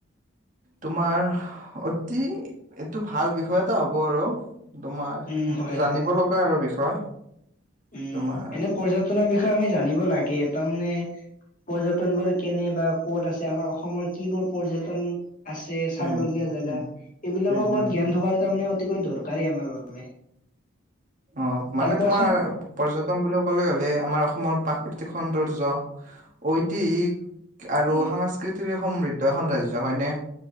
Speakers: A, on the right (about 40°); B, on the left (about 40°).
A: তোমাৰ অতি এইটো ভাল বিষয় এটা হ'ব আৰু। তোমাৰ
B: উম হয়
A: এইটো
B: হয়
A: জানিব লগা আৰু বিষয়।
B: উম,
A: তোমাৰ
B: এনে পৰ্যটনৰ বিষ ষয়ে আমি জানিব লাগে তাৰমানে পৰ্যটন বোৰ কেনে বা ক'ত আছে আমাৰ অসমৰ কি বোৰ পৰ্যটন আছে
A: উম
B: চাব লগীয়া জেগা
A: উম
B: এইবিলাকৰ
A: উম
B: ওপৰত
A: উম
B: জ্ঞান থকা কেইটা তাৰমানে উৎ অতিকৈ দৰকাৰী আমাৰ বাবে
A: অ, মানে
B: দে কোৱাচোন
A: তোমাৰ পৰ্যটন বুলি ক'লে হলে আমাৰ অসমৰ পাক প্ৰাকৃতিক সৌন্দৰ্য <unintelligible> ঐতিক আৰু
B: উম
A: সাংস্কৃতিৰে সমৃ তো এখন ৰাজ্য হয়নে?